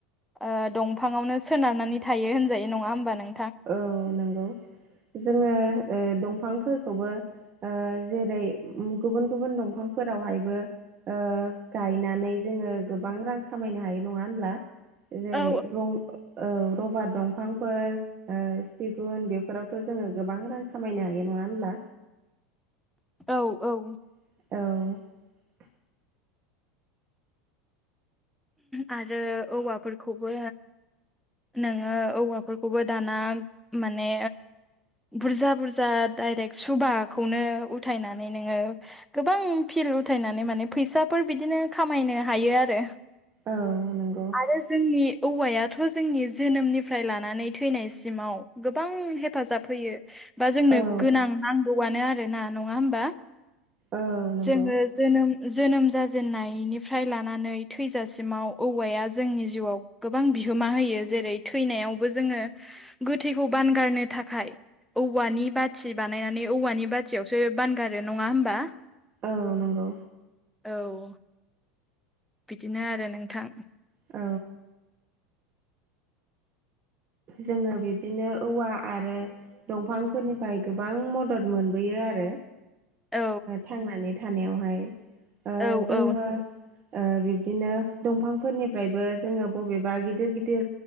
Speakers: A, in the centre; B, on the right.
A: ओ दंफाङावनो सोनारनानै थायो होनजायो नङा होमबा नों
B: औ नोंगौ जोङो ओ दंफांफोरखौबो ओ जेरै गुबुन गुबुन दंफांफोरावहायबो ओ गायनानै जोङो गोबां रां खामायनो हायो नङा होनब्ला जेरै
A: औ
B: रं औ रबार दंफांफोर ओ सिगुन बेफोरावथ' जोङो गोबां रां खामायनो हायो नङा होनब्ला
A: औ औ
B: औ
A: आरो औवाफोरखौबो नोङो औवाफोरखौबो दाना माने बुरजा बुरजा डाइरेक्ट सुबाखौनो उथायनानै नोङो गोबां फि उथायनानै माने फैसाफोर बिदिनो खामायनो हायो आरो
B: औ नंगौ
A: आरो जोंनि औवायाथ' जोंनि जोनोमनिफ्राय लानानै थैनायसिमाव गोबां हेफाजाब होयो बा जोंनो
B: औ
A: गोनां नांगौआनो आरो ना नङा होमबा
B: औ नंगौ
A: जोङो जोनोम जोनोम जाजेननायनिफ्राय लानानै थैजा सिमाव औवाया जोंनि जिउआव गोबां बिहोमा होयो जेरै थैनायावबो जोङो गोथैखौ बानगारनो थाखाय औवानि बाथि बानायनानै औवानि बाथियावसो बानगारो नङा होमबा
B: औ नंगौ
A: औ। बिदिनो आरो नोंथां।
B: औ। जोङो बिबदिनो औवा। आरो दंफांफोरनिफ्राय गोबां मदद मोनबोयो आरो।
A: औ
B: थांनानै थानायावहाय ओ
A: औ
B: जोङो।
A: औ
B: ओ बिब्दिनो दंफांफोरनिफ्रायबो जोङो बबेबा गिदिर गिदिर